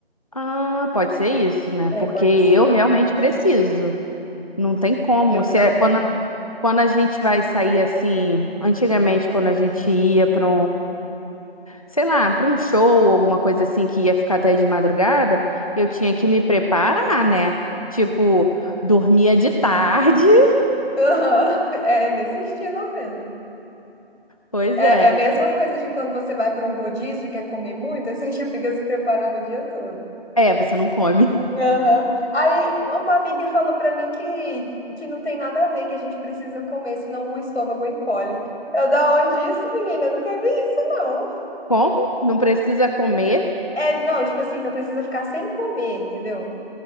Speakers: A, on the left; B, on the left.
A: Ah, pode ser isso, né?
B: É,
A: Porque
B: pode
A: eu
B: ser.
A: realmente preciso. Não tem como.
B: Eu
A: Se
B: também.
A: é- quando, a- quando a gente vai sair assim, antigamente, quando a gente ia para sei lá, para um show, alguma coisa assim que ia ficar até de madrugada, eu tinha que me preparar, né? Tipo, dormia de tarde. <laughs>
B: <laughs> Aham, É nesse estilo mesmo.
A: Pois
B: É,
A: é.
B: é a mesma coisa de quando você vai para um rodízio e quer comer muito, <laughs> aí você já fica se preparando o dia todo.
A: É, você não come.
B: Aham. Aí uma amiga falou pra mim que, que não tem nada a ver, que a gente precisa comer, senão o estômago encolhe. Eu, da onde isso, menina? Eu nunca vi isso, não.
A: <laughs> Como? Não precisa comer?
B: É, não, tipo assim, não precisa ficar sem comer, entendeu?